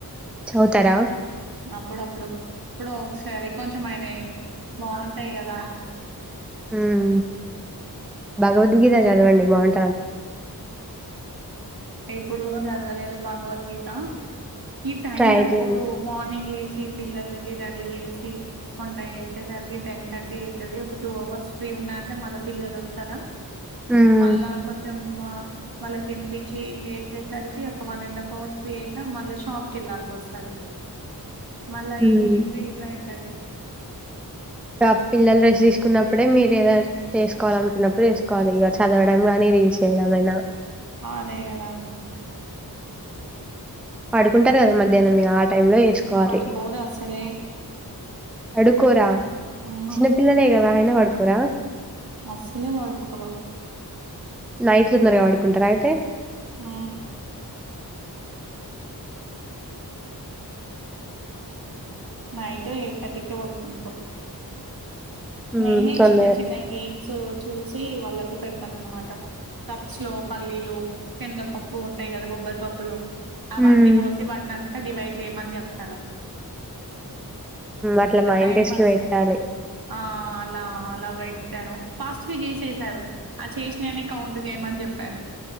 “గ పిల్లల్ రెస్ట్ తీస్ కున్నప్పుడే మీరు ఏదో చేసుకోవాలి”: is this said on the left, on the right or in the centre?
Centre